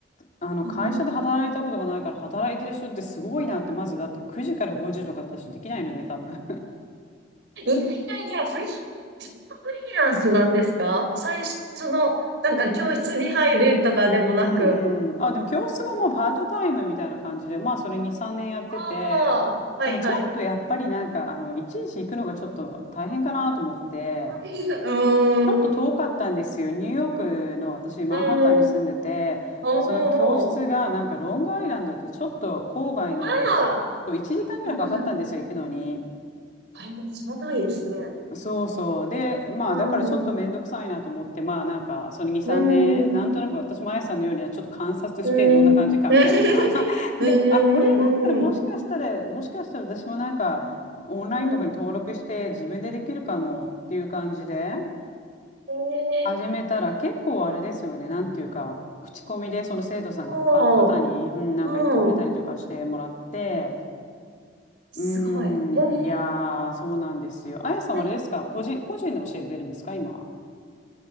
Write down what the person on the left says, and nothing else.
あの会社で働いたことがないから働いてる人ってすごいなってまずだって9時から5時とか私できないので多分
うんうん。あ、でも教室ももうパートタイムみたいな感じで、まあそれ2、3年やってて、
でもちょっとやっぱりなんか、あの、いちいち行くのがちょっと大変かなと思って、
ちょっと遠かったんですよ。ニューヨークの私、マンハッタンに住んでて、
その教室がなんかロングアイランドでちょっと郊外の1、
1時間ぐらいかかったんですよ、
行くのに。
そうそう。で、まあ、
だからちょっとめんどくさいなと思って、
まあ、なんか、その2、3年、
なんとなく私もあやさんのようにはちょっと観察して、
どんな感じかみたいな。
<laughs>
で、
あ、これだったらもしかしたら、
もしかしたら私もなんか、オンラインとかに登録して、
自分でできるかもっていう感じで、
始めたら結構あれですよね、なんていうか、口コミで、その生徒さんが他の方に、
うん、なんか言ってくれたりとかしてもらって、
うーん、
いやー、そうなんですよ。あやさんはあれですか、
個人、個人で教えてるんですか、今。